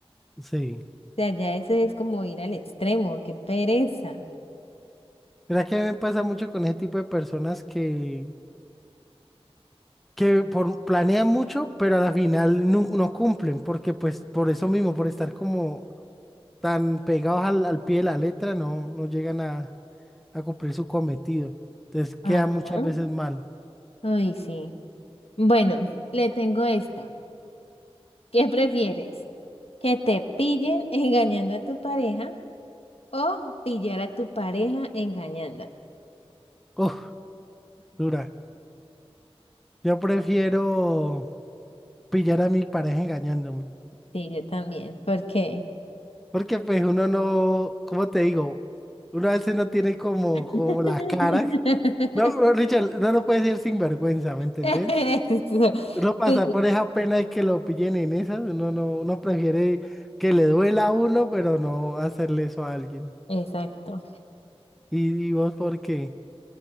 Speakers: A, in the centre; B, on the left.
A: Sí.
B: sea, ya eso es como ir al extremo, qué pereza.
A: Mira que a mí me pasa mucho con ese tipo de personas que que por, planean mucho, pero a la final no, no cumplen, porque pues por eso mismo, por estar como tan pegados al, al pie de la letra, no, no llegan a, a cumplir su cometido. Entonces queda
B: Ajá.
A: muchas veces mal.
B: Ay, sí. Bueno, le tengo esta. ¿Qué prefieres? ¿Que te pillen <laughs> engañando a tu pareja o pillar a tu pareja engañándote?
A: Uf, dura. Yo prefiero pillar a mi pareja engañándome,
B: Sí, yo también. ¿Por qué?
A: porque pues uno no, ¿cómo te digo? Uno a veces no tiene como, como
B: <laughs>
A: la cara. No, no, Richard, no lo puedes decir sin vergüenza, ¿me entendés?
B: Eso,
A: Uno pasa
B: sí,
A: por esa pena de que lo pillen en esas, uno no, uno prefiere que le duela a uno, pero no hacerle eso a alguien.
B: exacto.
A: ¿Y, y vos por qué?